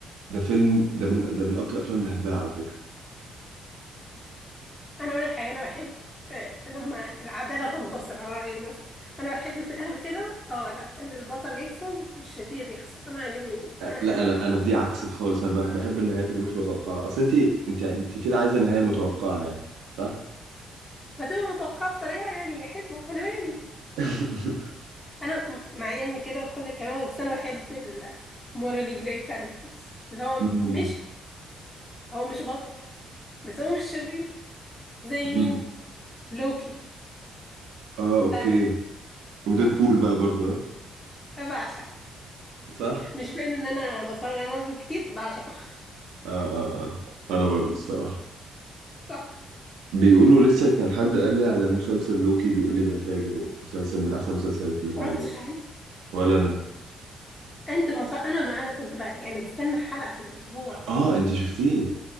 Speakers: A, on the right; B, on the left.
A: ده فيلم ده من ده من اكتر الافلام اللي بحبها على فكرة
B: انا اقول الحقيقه انا بحب آه، لما العداله تنتصر على راي المثل انا بحب في الاخر كده اه لا البطل يكسب والشرير يخسر انا عاجبني انا احب
A: لا انا
B: كده
A: انا بدي عكسك خالص انا بح- بحب النهايات اللي مش متوقعه اصل انت انت انت كده عايزه نهايه متوقعه يعني صح
B: فتبقى متوقعه بطريقه يعني حلوه انا مالي
A: <laughs>
B: انا م- مع ان كده كل الكلام بس انا بحب المورالي جراي كاركترز اللي هو
A: امم
B: مش هو مش بطل بس هو مش شرير زي مين
A: امم
B: لوكي
A: اه اوكي
B: ده انا
A: وديد
B: بعشقه
A: بول بقى برضو ها
B: بعشقه
A: صح
B: مش باين ان انا بتفرج على مارفل كتير بعشقه
A: اه اه اه انا برضو الصراحه
B: <laughs> صح
A: بيقولوا لسه كان حد قال لي على مسلسل لوكي بيقول لي ده فاجر ومسلسل من احسن المسلسلات
B: ما
A: اللي اتعملت
B: اتفرجتش عليه
A: ولا انا
B: انت ما مطلع... انا ما انا كنت بقى يعني بستنى حلقة في الاسبوع
A: اه انت شفتيه